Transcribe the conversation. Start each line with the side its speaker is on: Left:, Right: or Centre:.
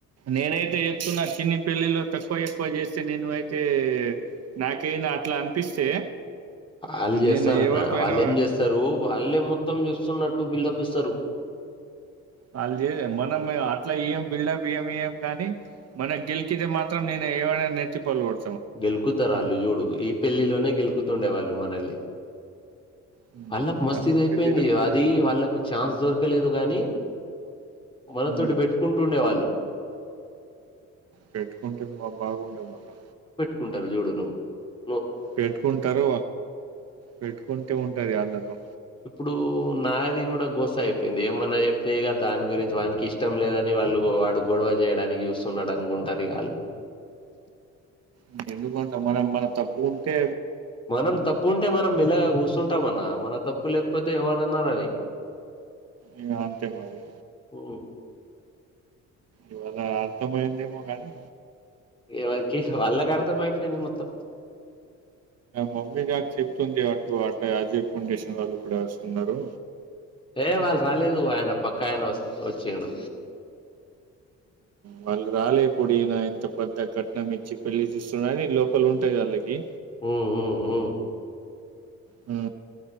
Right: నేనైతే చెప్తున్నా చిన్ని పెళ్ళిలో తక్కువ ఎక్కువ చేస్తే, నేను అయితే నాకైనా అట్ల అనిపిస్తే,
Left: ఆళ్ చేస్తారనా?
Right: నేను ఎవరితో
Left: వాళ్లేం
Right: అయినా
Left: చేస్తారు, వాళ్ళే మొత్తం చూస్తున్నట్టు బిల్డప్ ఇస్ సరు
Right: వాళ్ చేస మనం ఇగ అట్లా ఇయ్యం. బిల్డప్ ఇయ్యం ఇయ్యం కాని, మనక్ గెలికితే మాత్రం, నేను ఎవరైనా గాని నెత్తి పగలగొడ
Left: గెలుకుతారు ఆళ్ళు చూడు. ఈ పెళ్ళిలోనే గెలుకుత్ తుండేవాళ్ళు మనల్ని.
Right: హ్మ్.
Left: వాళ్ళకు మస్త్
Right: అనిల్
Left: ఇదైపోయింది.
Right: పెళ్ళిలో
Left: అది వాళ్ళకు ఛాన్స్ దొరకలేదు గానీ, మనతోటి
Right: హ్మ్.
Left: పెట్టుకుంటుండే వాళ్ళు
Right: పెట్టుకుంటే బా బాగుండద్ మళ్ళా.
Left: కుంటారు. చూడు నువు
Right: పెట్టుకుంటారు. పెట్టుకుంటే, ఉంటది వాళ్ళతో.
Left: ఇప్పుడు నాది కూడా గొస్స అయిపోయింది. ఏమన్నా చెప్తే ఇగ దాని గురించి వానికి ఇష్టం లేదని వాళ్ళు వాడు గొడవ చేయడానికి చూస్తున్నాడు అనుకుంటారు ఇగ వాళ్ళు.
Right: ఇంకెందుకంటావ్? మనం మన తప్ కొంతె
Left: మనం తప్పు ఉంటే, మనం మెల్లగా కూసున్ టామన, మన తప్పు లేకపోతే, ఎవరన్నా రాని.
Right: ఇక అంతే అది
Left: ఓ
Right: ఇవా అర్ తమైంది మ కానీ
Left: ఎవరికి వాళ్ళ కర్తం అయిపోయింది మొత్తం
Right: మమ్మీ గారి చెప్తుంది అటు అటు అజయ్ ఫౌండేషన్ వాళ్ళ కూడాస్తు ఉన్నారు
Left: ఏ వాళ్ళు రాలేదు ఆయన పక్కా ఆయన వ వచ్చడు
Right: వాళ్ళు రాలే పొడి ఈయన ఇంత పెద్ద కట్నం ఇచ్చి పెళ్లి చూస్తున్నాని లోపల ఉంట ట్టాలకి
Left: హ్మ్. హ్మ్. హ్మ్.
Right: ఆ